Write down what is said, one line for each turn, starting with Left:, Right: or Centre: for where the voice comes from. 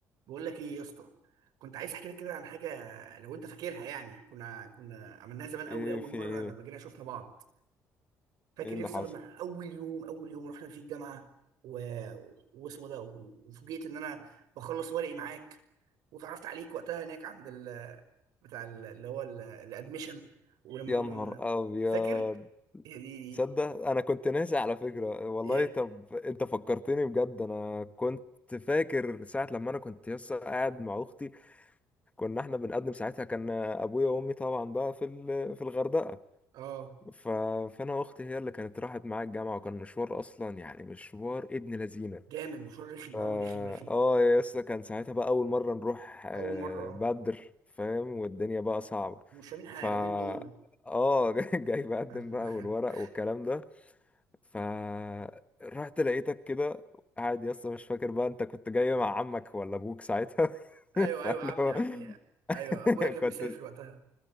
Right: بقول لك ايه يا اسطى كنت عايز احكي لك كده عن حاجه لو انت فاكرها يعني كنا كنا عملناها زمان قوي
Left: ايه
Right: اول
Left: في
Right: مره
Left: ايه
Right: لما جينا شفنا بعض فاكر
Left: ايه اللي
Right: يا اسطى
Left: حصل
Right: لما اول يوم اول يوم رحنا فيه الجامعه و... واسمه ده وفوجئت ان انا بخلص ورقي معاك وتعرفت عليك وقتها هناك عند ال... بتاع ال- اللي هو ال- الادميشن ولما
Left: يا
Right: بن-
Left: نهار ابيض
Right: فاكر يا دي دي
Left: تصدق انا كنت ناسي على فكرة والله
Right: يا
Left: طب انت فكرتني بجد انا كنت فاكر ساعة لما انا كنت لسه قاعد مع اختي كنا احنا بنقدم ساعتها كان ابويا وامي طبعا بقى في ال- في الغردقة
Right: اه
Left: ف... فانا واختي هي اللي كانت راحت معايا الجامعة وكان مشوار اصلا يعني مشوار ابن لذينة
Right: جامد مشوار رخم
Left: فا
Right: قوي رخم رخم
Left: اه يا اسطى كان ساعتها بقى اول مره نروح آه،
Right: اول مره اه
Left: بدر فاهم والدنيا بقى صعبه
Right: مش فاهمين حاجه
Left: فا
Right: مين دول
Left: اه <laughs> جاي جاي بقدم
Right: <laughs>
Left: بقى والورق والكلام ده فا رحت لقيتك كده قاعد يا اسطى مش فاكر بقى انت كنت جاي مع عمك ولا ابوك ساعتها <laughs>
Right: ايوه
Left: فاللي
Right: ايوه عمي
Left: هو
Right: عمي ايوه
Left: <laughs>
Right: ابويا كان
Left: كنت
Right: مسافر وقتها